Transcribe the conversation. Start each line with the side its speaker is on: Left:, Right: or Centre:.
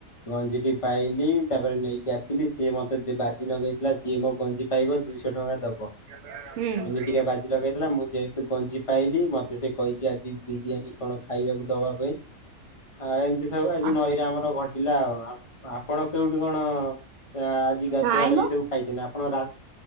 Left: ଗଞ୍ଜିଟି ପାଇଲି ତାପରେ ନେଇକି ଆସିଲି ସିଏ ମତେ ବାଜି ଲଗେଇଥିଲା ଯିଏ ମୋ ଗଞ୍ଜି ପାଇବ ଦୁଇଶହ ଟଙ୍କା ଦବ।
Right: ହୁଁ।
Left: ସିଏ ବାଜି ଲଗେଇଥିଲା ମୁଁ ଯେହେତୁ ଗଞ୍ଜି ପାଇଲି ମତେ ସେ କହିଛି ଆଜି ବିରିୟାନୀ କଣ ଖାଇବାକୁ ଦବା ପାଇଁ। ଆ ଏମିତି ସବୁ
Right: ହୁଁ।
Left: ଆଜି ନଈରେ ଆମର ଘଟିଲା ଆଉ ଆପଣ କେଉଁଠି କଣ? ଆ ଆଜି ଗାଧୁଆବେଳେ
Right: ନାଇଁ ମ
Left: ଏଇ ସବୁ ଖାଇଛନ୍ତି ଆପଣ ରାତ୍